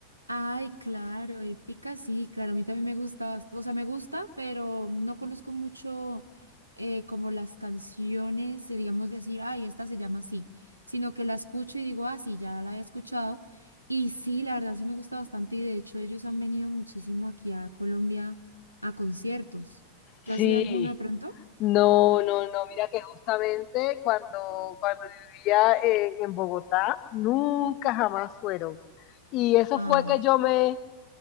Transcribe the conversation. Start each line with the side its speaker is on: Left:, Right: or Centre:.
Right: Ay, claro, épica, sí, claro, a mí también me gusta, bast- o sea, me gusta, pero no conozco mucho eh, como las canciones, eh, digamos decir, ay, esta se llama así, sino que la escucho y digo, ah, sí, ya la he escuchado, y sí, la verdad sí me gusta bastante, y de hecho ellos han venido muchísimo aquí a Colombia a conciertos. ¿Tú
Left: Sí,
Right: has ido a alguno de pronto?
Left: no, no, no, mira que justamente cuando, cuando vivía en, en Bogotá, nunca jamás fueron. Y eso
Right: Ay,
Left: fue que yo me,